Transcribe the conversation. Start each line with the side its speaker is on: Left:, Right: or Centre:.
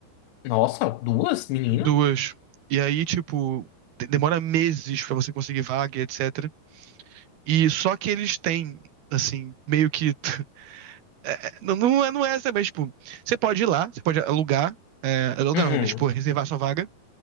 Left: Nossa, duas, menina?
Right: Duas. E aí, tipo, de- demora meses pra você conseguir vaga, e etc. E só que eles têm, assim, meio que. <laughs> é, é, não, não é, não é essa, mas, tipo, você pode ir lá, você pode alugar, é, alugar
Left: Uhum.
Right: não, é, tipo, reservar sua vaga.